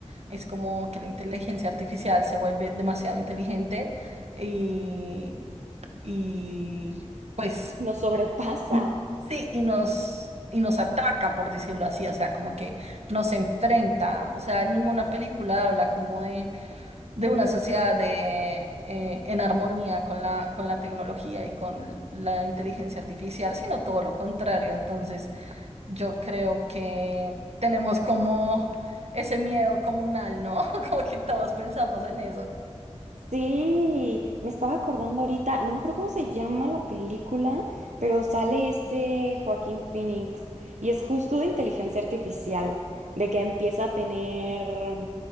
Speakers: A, on the right; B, on the right.
A: es como que la inteligencia artificial se vuelve demasiado inteligente y, y pues
B: nos sobrepasa.
A: n- sí, y nos... Y nos ataca, por decirlo así, o sea, como que nos enfrenta, o sea, ninguna película habla como de una sociedad de, eh, en armonía con la, con la tecnología y con la inteligencia artificial, sino todo lo contrario. Entonces, yo creo que tenemos como ese miedo comunal, ¿no? <laughs> Como que todos pensamos en eso.
B: Sí, me estaba acordando ahorita, no me acuerdo cómo se llama la película, pero sale este Joaquín Phoenix y es justo de inteligencia artificial, de que empieza a tener,